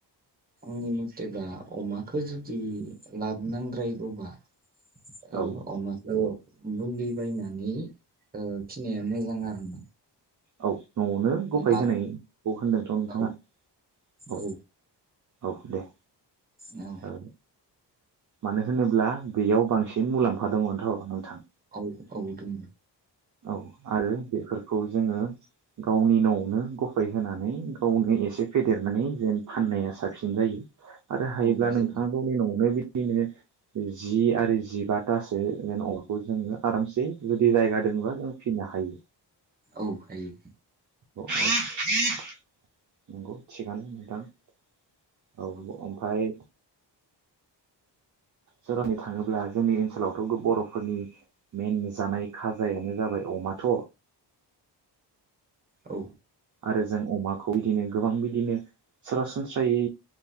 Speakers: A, on the right (about 20°); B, on the right (about 45°).
A: आंनि मथेबा अमाखौ जुदि लाब नांद्रायगौबा ओ
B: औ
A: अमाखौ बुन्दि बायनानै ओ फिनाया मोजां आरोना।
B: औ। नआवनो गफाय
A: मा
B: होनायखौ होन्दोंथ नोंथाङा
A: औ
B: औ।
A: औ
B: औ दे।
A: औ
B: ओ मानो होनोब्ला बेयाव बांसिन मुलाम्फा दङथ नोंथा।
A: औ औ दों।
B: औ आरो बेफोरखौ जोङो गावनि न'आवनो गफाय होनानै गावनो एसे फेदेरनानै जेन फाननाया साबसिन जायो। आरो हायोब्ला
A: औ जायो
B: नोंथाङा गावनि न'आवनो बि बिनो जि आरो जिबाथासो जेन अमाखौ जोङो आरामसे जुदि जायगा दोंबा जों फिनो हायो
A: औ हायो
B: <unintelligible> <inaudible> नंगौ थिगानो नोंथां औ
A: औ
B: ओमफाय सोरावनि थाङोब्ला जोंनि ओनसोलावथ' बर'फोरनि मेन जानाय खाजायानो जाबाय अमाथ'
A: औ
B: आरो जों अमाखौ बिदिनो गोबां बिदिनो सरासनस्रायै